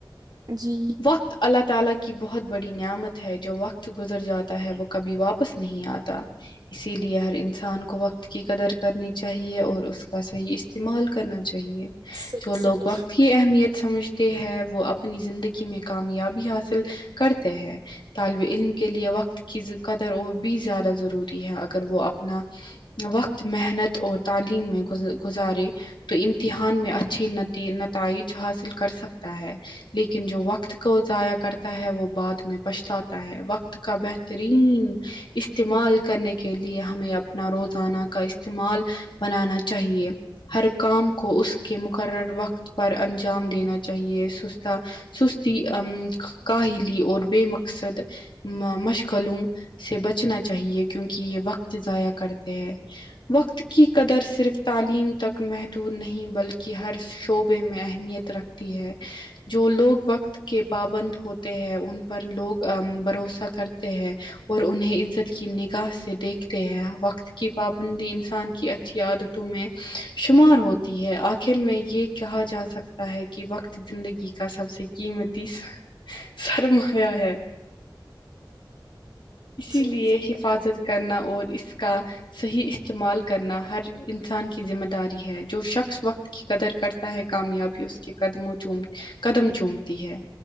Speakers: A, on the right; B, on the left.
A: جی
B: وقت اللہ تعالی کی بہت بڑی نعمت ہے جو وقت گزر جاتا ہے وہ کبھی واپس نہیں آتا اسی لیے ہر انسان کو وقت کی قدر کرنی چاہیے اور اس کا صحیح استعمال کرنا چاہیے
A: صحیح
B: جو
A: صحیح
B: لوگ وقت کی اہمیت سمجھتے ہیں وہ اپنی زندگی میں کامیابی حاصل کرتے تے ہیں طالب علم کے لیے وقت کی قدر اور بھی زیادہ ضروری ہے اگر وہ اپنا وقت محنت اور تعلیم میں گزارے تو امتحان میں اچھی نتی نتائج حاصل کر سکتا ہے لیکن جو وقت کو ضائع کرتا ہے وہ بعد میں پچھتاتا ہے وقت کا بہترین استعمال کرنے کے لیے ہمیں اپنا روزانہ کا استعمال بنانا چاہیے ہر کام کو اس کے مقرر وقت پر انجام دینا چاہیے سستا سستی امم کاہلی اور بے مقصد مشغلوں سے بچنا چاہیے کیونکہ یہ وقت ضائع کرتے ہیں وقت کی قدر صرف تعلیم تک محدود نہیں بلکہ ہر شعبے میں اہمیت رکھتی ہے جو لوگ وقت کے پابند ہوتے ہیں ان پر لوگ بھروسہ کرتے ہیں اور انہیں عزت کی نگاہ سے دیکھتے ہیں وقت کی پابندی انسان کی اچھی عادتوں میں شمار ہوتی ہے آخر میں یہ کہا جا سکتا ہے کہ وقت زندگی کا سب سے قیمتی سرما یہ ہے اسی
A: جی
B: لیے
A: جی
B: حفاظت کرنا اور اس کا صحیح استعمال کرنا ہر انسان کی ذمہ داری ہے جو شخص وقت قدر کرتا ہے کامیابی اس کے قدموں چوم قدم چومتی ہے